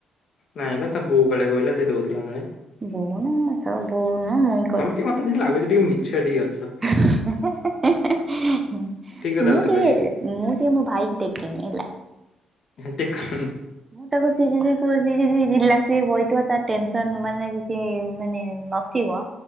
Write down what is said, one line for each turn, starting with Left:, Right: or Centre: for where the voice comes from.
Left: ନାଇଁ ବା ତା ବୋଉ କୁଆଡେ କହିଲା ସେ ଦଉଥିଲା ନା ନାଇଁ।
Right: ଦଉନ ତା ବୋଉ ନା <inaudible>
Left: ତମେ ଟିକେ ମତେ ଟିକେ ଲାଗୁଚି ଟିକେ ମିଛୁଆ ଟିକେ ଅଛ।
Right: <unintelligible>
Left: ଠିକ କଥା
Right: ମୁଁ
Left: ବୋଧେ
Right: ଟିକେ
Left: କହିଲି
Right: ମୁଁ ଟିକେ ମୋ ଭାଇକ ଟେକେନି ହେଲା।
Left: ଏ ଦେଖ ହଁ
Right: ମୁଁ ତାକୁ ସେ ଯେବେ <unintelligible> ରିଲାକ୍ସ ହେଇ ବଇଥିବ ତା ଟେନସନ ମାନେ ଚି ମାନେ ନଥିବ